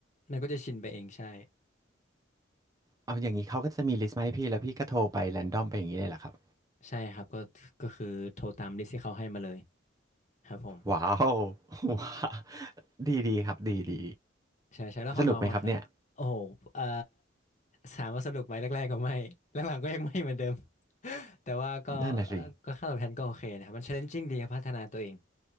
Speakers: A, on the left; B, on the right.
A: มันก็จะชินไปเองใช่
B: เอาอย่างนี้เขาก็จะมีลิสต์มาให้พี่แล้วพี่ก็โทรไปแรนดอมไปอย่างนี้เลยเหรอครับ
A: ใช่ครับก็ก็คือโทรตามลิสต์ที่เขาให้มาเลยครับผม
B: ว้าวว้าว <laughs> ดีดีครับดีดี
A: ใช่ใช่แล้วของน้องล่ะครับโอ้โหเอ่อ
B: สนุกไหมครับเนี่ย
A: ถามว่าสนุกไหมแรกๆก็ไม่ <laughs> หลังๆก็ยังไม่เหมือนเดิม <laughs> แต่ว่าก็เอ่อก็ค่าตอบแทนก็โอเคนะครับมัน
B: นั่นน่ะสิ
A: challenging ดีครับพัฒนาตัวเอง